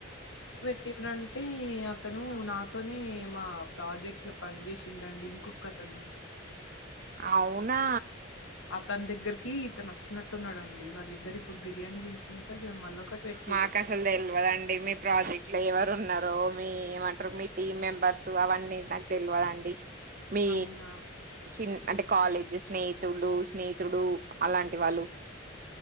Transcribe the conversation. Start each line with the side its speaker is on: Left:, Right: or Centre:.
Left: పుట్టిండంటే అతను నాతోనే మా ప్రాజెక్ట్ లో పనిజేసిండండి ఇంకొక అతను
Right: అవునా
Left: అతని దగ్గరికి ఇతను వచ్చినట్టున్నడండి వాళ్ళిద్దరి ఇప్పుడు బిర్యానీ తినుకుంట మళ్ళొకటి పెట్టిర్రు
Right: మాకు అసలు తెలివదండి మీ ప్రాజెక్ట్ లో ఎవరు ఉన్నారో మీ ఏమంటారు మీ టీమ్ మెంబర్స్ అవన్నీ నక్ తెల్వదఅండి మీ
Left: అవునా
Right: చిన్ అంటే కాలేజీ స్నేహితుడు స్నేహితుడు అలాంటి వాళ్ళు